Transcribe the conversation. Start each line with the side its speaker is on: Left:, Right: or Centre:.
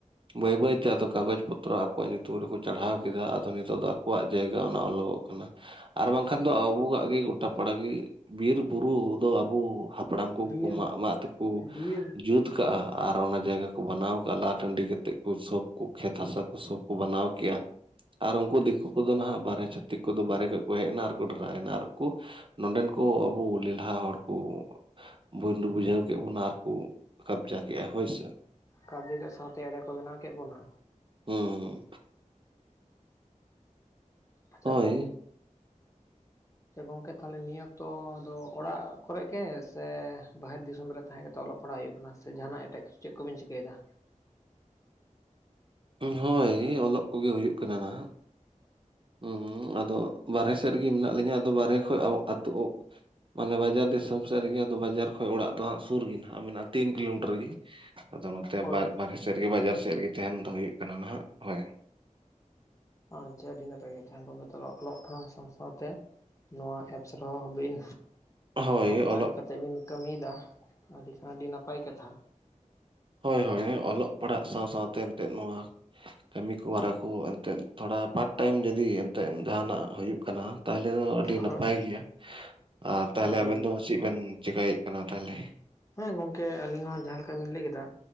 Right: ᱵᱟᱹᱭ ᱵᱟᱹᱭᱛᱮ ᱟᱫᱚ ᱠᱟᱜᱚᱡᱽ ᱯᱚᱛᱨᱚ ᱟᱠᱚᱣᱟᱜ ᱧᱩᱛᱩᱢ ᱨᱮᱠᱚ ᱪᱟᱲᱦᱟᱣ ᱠᱮᱫᱟ ᱟᱫᱚ ᱱᱤᱛᱚᱜ ᱫᱚ ᱟᱠᱚᱣᱟᱜ ᱡᱟᱭᱜᱟ ᱚᱱᱟ ᱚᱞᱚᱜᱚᱜ ᱠᱟᱱᱟ, ᱟᱨ ᱵᱟᱝᱠᱷᱟᱱ ᱫᱚ ᱟᱵᱚᱟᱜ ᱜᱮ ᱜᱚᱴᱟ ᱯᱟᱲᱟ ᱜᱮ ᱵᱤᱨ ᱵᱩᱨᱩ ᱫᱚ ᱟᱵᱚ ᱦᱟᱯᱲᱟᱢ ᱠᱚᱜᱮ
Left: ᱵᱤᱨ
Right: ᱠᱚ ᱢᱟᱜ ᱢᱟᱜ ᱛᱮᱠᱚ
Left: ᱵᱤᱨ
Right: ᱡᱩᱛ ᱠᱟᱜ-ᱟ᱾ ᱟᱨ ᱚᱱᱟ ᱡᱟᱭᱜᱟ ᱠᱚ ᱵᱟᱱᱟᱣ ᱠᱟᱜ-ᱟ᱾ ᱞᱟ ᱴᱟᱺᱰᱤ ᱠᱟᱛᱮᱫ ᱠᱚ ᱥᱚᱵ ᱠᱚ ᱠᱷᱮᱛ ᱦᱟᱥᱟ ᱠᱚ ᱥᱚᱵ ᱠᱚ ᱵᱟᱱᱟᱣ ᱠᱮᱜ-ᱟ᱾ ᱟᱨ ᱩᱝᱠᱩ ᱫᱤᱠᱩ ᱠᱚᱫᱚ ᱱᱟᱦᱟᱜ ᱵᱟᱨᱦᱮ ᱪᱷᱟᱹᱛᱤᱠ ᱠᱚᱫᱚ ᱵᱟᱨᱦᱮ ᱠᱷᱚᱡ ᱠᱚ ᱦᱮᱡᱱᱟ ᱟᱨᱠᱚ ᱰᱮᱨᱟᱭᱮᱱᱟ ᱟᱨ ᱠᱩ ᱱᱚᱰᱮᱱ ᱠᱚ ᱟᱵᱚ ᱞᱮᱞᱦᱟ ᱦᱚᱲ ᱠᱚ ᱵᱚᱱᱫᱷᱩ ᱵᱩᱡᱷᱟᱹᱣ ᱠᱮᱫ ᱵᱚᱱᱟ ᱟᱨᱠᱚ ᱠᱟᱵᱽᱡᱟ ᱠᱮᱜ-ᱟ ᱦᱳᱭ ᱥᱮ᱾
Left: ᱠᱟᱵᱽᱡᱤ ᱥᱟᱶᱛᱮ ᱮᱲᱮ ᱠᱚ ᱵᱮᱱᱟᱣ ᱠᱮᱜ ᱵᱚᱱᱟ᱾
Right: ᱦᱩᱸ᱾
Left: ᱟᱪᱪᱷᱟ
Right: ᱦᱳᱭ
Left: ᱢᱟ᱾ ᱟᱪᱪᱷᱟ ᱜᱚᱝᱠᱮ, ᱛᱟᱦᱞᱮ ᱱᱤᱭᱟᱹ ᱚᱠᱛᱚ ᱫᱚ ᱚᱲᱟᱜ ᱠᱚᱨᱮ ᱜᱮ ᱥᱮ ᱵᱟᱦᱮᱨᱮ ᱫᱤᱥᱚᱢ ᱨᱮ ᱛᱟᱦᱮᱸ ᱠᱟᱛᱮ ᱚᱞᱚᱜ ᱯᱟᱲᱦᱟᱜ ᱦᱩᱭᱩᱜ ᱠᱟᱱᱟ, ᱥᱮ ᱡᱟᱸᱦᱟᱱᱟᱜ ᱮᱴᱟᱜ ᱠᱤᱪᱷᱩ ᱪᱮᱫ ᱠᱚᱵᱤᱱ ᱪᱤᱠᱟᱹᱭᱫᱟ?
Right: ᱦᱳᱭ, ᱚᱞᱚᱜ ᱠᱚᱜᱮ ᱦᱩᱭᱩᱜ ᱠᱟᱱᱟ ᱱᱟᱦᱟᱜ᱾ ᱦᱩᱸ, ᱟᱫᱚ ᱵᱟᱨᱦᱮ ᱥᱮᱡ ᱨᱮᱜᱮ ᱢᱮᱱᱟᱜ ᱞᱤᱧᱟᱹ ᱟᱫᱚ ᱵᱟᱨᱦᱮ ᱠᱷᱚᱡ ᱟᱹᱛᱩ ᱢᱟᱱᱮ ᱵᱟᱡᱟᱨ ᱫᱤᱥᱚᱢ ᱥᱮᱫ ᱨᱮᱜᱮ᱾ ᱟᱫᱚ ᱵᱟᱡᱟᱨ ᱠᱷᱚᱡ ᱚᱲᱟᱜ ᱫᱚ ᱦᱟᱸᱜ ᱥᱩᱨ ᱜᱮ ᱱᱟᱜ ᱢᱮᱱᱟᱜ-ᱟ ᱛᱤᱱ ᱠᱤᱞᱳᱢᱤᱴᱟᱨ ᱜᱮ᱾ ᱟᱫᱚ ᱱᱚᱛᱮ
Left: ᱦᱳᱭ
Right: ᱵᱟ ᱵᱟᱨᱦᱮ ᱥᱮᱫ ᱨᱮᱜᱮ ᱵᱟᱡᱟᱨ ᱥᱮᱫ ᱨᱮᱜᱮ ᱛᱮᱦᱮᱱ ᱫᱚ ᱦᱩᱭᱩᱜ ᱠᱟᱱᱟ ᱱᱟᱜ ᱦᱳᱭ᱾
Left: ᱟᱪᱪᱷᱟ ᱟᱹᱰᱤ ᱱᱟᱯᱟᱭ ᱠᱟᱛᱷᱟ᱾ ᱜᱚᱝᱠᱮ ᱛᱟᱦᱞᱮ ᱚᱞᱚᱜ ᱯᱟᱲᱦᱟᱣ ᱥᱟᱶ ᱥᱟᱶᱛᱮ ᱱᱚᱣᱟ ᱮᱯᱥ ᱨᱮᱦᱚᱸ ᱵᱤᱱ
Right: ᱦᱳᱭ
Left: ᱚᱠᱛᱚ
Right: ᱚᱞᱚᱜ
Left: ᱮᱢ ᱠᱟᱛᱮᱜ ᱵᱤᱱ ᱠᱟᱹᱢᱤᱭᱫᱟ, ᱟᱹᱰᱤ ᱠᱷᱟᱱ ᱟᱹᱰᱤ ᱱᱟᱯᱟᱭ ᱠᱟᱛᱷᱟ᱾
Right: ᱦᱳᱭ ᱦᱳᱭ ᱚᱞᱚᱜ ᱯᱟᱲᱦᱟᱜ ᱥᱟᱶ ᱥᱟᱶᱛᱮ ᱮᱱᱛᱮᱜ ᱱᱚᱣᱟ᱾ ᱠᱟᱹᱢᱤ ᱠᱚ ᱦᱚᱨᱟ ᱠᱚ ᱮᱱᱛᱮᱫ ᱛᱷᱚᱲᱟ ᱯᱟᱴ ᱴᱟᱭᱤᱢ ᱡᱩᱫᱤ ᱮᱱᱛᱮᱫ ᱡᱟᱸᱦᱟᱱᱟᱜ ᱦᱩᱭᱩᱜ ᱠᱟᱱᱟ᱾ ᱛᱟᱦᱞᱮ ᱫᱚ ᱟᱹᱰᱤ ᱱᱟᱯᱟᱭ
Left: ᱦᱳᱭ
Right: ᱜᱮᱭᱟ ᱟᱨ ᱛᱟᱦᱞᱮ
Left: ᱦᱳᱭ
Right: ᱟᱵᱮᱱ ᱫᱚ ᱪᱮᱫ ᱵᱮᱱ ᱪᱮᱠᱟᱭᱮᱫ ᱠᱟᱱᱟ ᱛᱟᱦᱞᱮ?
Left: ᱦᱮᱸ ᱜᱚᱝᱠᱮ ᱟᱹᱞᱤᱧ ᱦᱚᱸ ᱡᱟᱦᱟᱸ ᱞᱮᱠᱟ ᱵᱤᱱ ᱞᱟᱹᱭ ᱠᱮᱫᱟ᱾